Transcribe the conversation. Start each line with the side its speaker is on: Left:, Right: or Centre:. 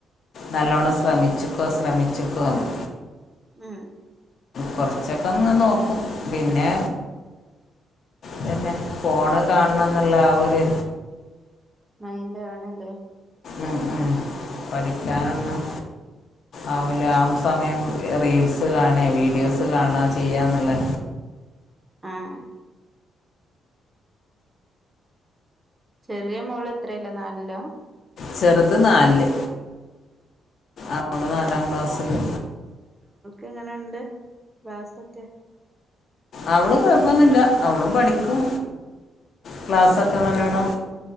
Left: നല്ലോണം ശ്രമിച്ച്ക്കോ ശ്രമിച്ച്ക്കോന്ന്
Right: ആഹ്
Left: കൊറച്ചൊക്കെഒന്ന് നോക്കും പിന്നെ പിന്നെ ഫോണ് കാൺന്നൊള്ള ആ ഒര്
Right: മൈൻഡ് കാണയില്ലേ
Left: ഉം ഉം പഠിക്കാനൊന്നും ആവൂല ആ സമയം റീൽസ് കാണേ വീഡിയോസ് കാണാ ചെയ്യാന്നല്ലേ
Right: ആഹ് ചെറിയ മോള് എത്രേലാ നാലിലോ
Left: ചെറുത് നാൽല് അവ്ള് നാലാം ക്ലാസ്സില്
Right: എങ്ങനോണ്ട് ക്ലാസ്സൊക്കെ
Left: അവള് കൊഴപ്പൊന്നൂല്ല അവളും പഠിക്കും ക്ലാസ്സൊക്കെ
Right: ഉം
Left: നല്ലോണം